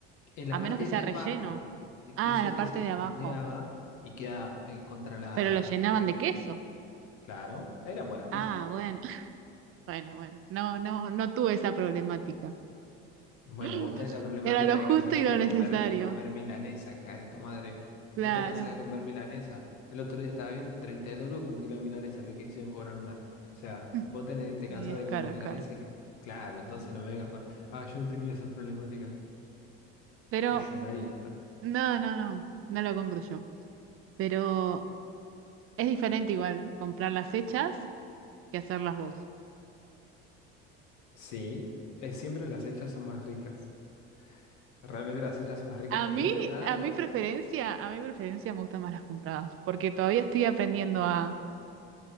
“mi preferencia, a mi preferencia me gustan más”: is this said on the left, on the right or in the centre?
Right